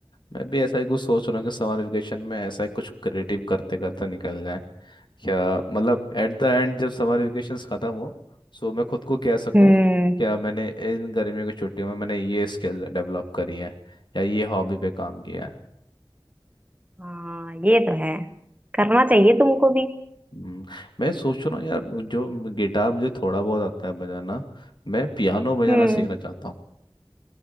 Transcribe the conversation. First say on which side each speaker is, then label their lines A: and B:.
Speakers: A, on the left; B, on the right.
A: मैं भी ऐसा ही कुछ सोच रहा हूँ कि समर वेकेशन में ऐसा ही कुछ क्रिएटिव करते करते निकल जाए क्या मतलब एट द एंड जब समर वेकेशन खत्म हो सो मैं खुद को कह सकूँ
B: हम्म
A: क्या मैंने इन गर्मियों की छुट्टियों में मैंने ये स्किल डेवलप करी है या ये हॉबी पे काम किया है
B: हाँ ये तो है करना चाहिए तुमको भी
A: हम्म, मैं सोच रहा हूँ यार जो गिटार मुझे थोड़ा बहुत आता है बजाना मैं पियानो बजाना
B: हम्म
A: सीखना चाहता हूँ